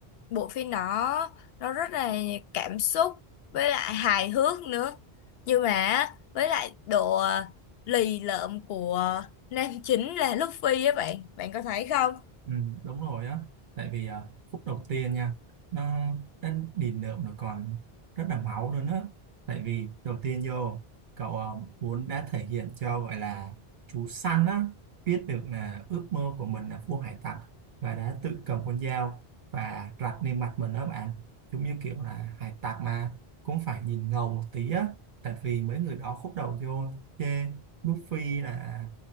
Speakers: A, on the left; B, on the right.
A: bộ phim đó nó rất là cảm xúc với lại hài hước nữa. Nhưng mà với lại độ ờ, lì lợm của nam chính là Luffy á bạn. Bạn có thấy không?
B: Ừ, đúng rồi á tại vì à, khúc đầu tiên nha nó đến đỉnh nợ nó còn rất là máu luôn á tại vì đầu tiên vô cậu à, muốn đã thể hiện cho gọi là chú săn á biết được là ước mơ của mình là vua hải tặc và đã tự cầm con dao và rạch lên mặt mình đó bạn giống như kiểu là hải tặc mà cũng phải nhìn ngầu một tí á tại vì mấy người đó khúc đầu vô chê Luffy là